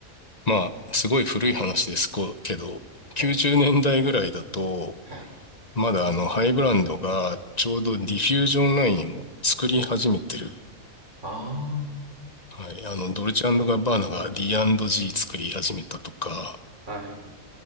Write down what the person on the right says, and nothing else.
あ、はい、はい。
あ
あ、はい。